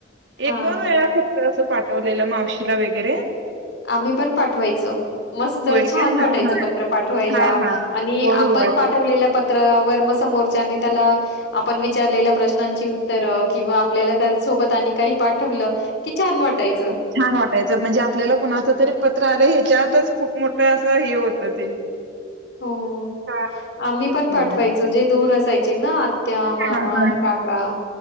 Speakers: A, on the left; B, on the right.
A: हां.
B: एक दोन वेळा फक्त असं. पाठवलेलं मावशीला वगैरे,
A: आम्ही पण पाठवायचो मस्त
B: होय
A: छान
B: काय
A: वाटायच
B: हा हा
A: पत्र पाठवायला
B: हां, हां.
A: आणि
B: होय,
A: आपण
B: होय.
A: पाठवले प त्रावर समोर च्याने त्याला आपण विचारलेल्या प्रश्नाची उत्तर किंवा आपल्या सोबत आणि काही पाठवलं की छान वाटायच.
B: छान वाटायचं म्हणजे आपल्याला कुणाच तरी पत्र आलं ह्याच्यातच खूप मोठ असं हे होत ते
A: हो
B: हां.
A: आम्ही पण पाठवायचो
B: होय.
A: जे दूर असायचे ना आत्या, मामा,
B: हां, हां.
A: काका,